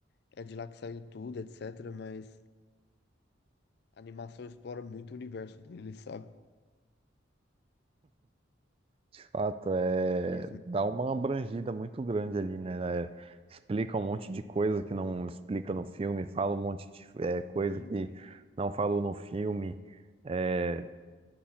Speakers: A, on the left (about 55°); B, on the right (about 30°).
A: é de lá que saiu tudo, etc. Mas a animação explora muito o universo dele, sabe?
B: De fato, é,
A: Eles,
B: dá uma abrangida muito grande ali, né? É, explica um monte de coisa que não explica no filme, fala um monte de é, coisa
A: sim,
B: que
A: sim.
B: não falou no filme. É,